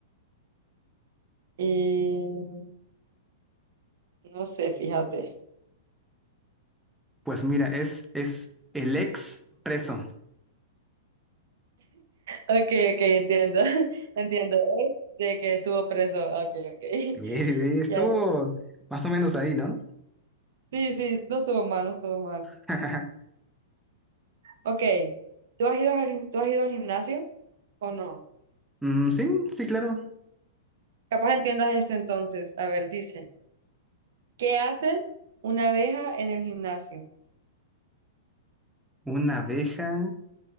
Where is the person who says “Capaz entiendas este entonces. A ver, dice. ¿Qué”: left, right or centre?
Right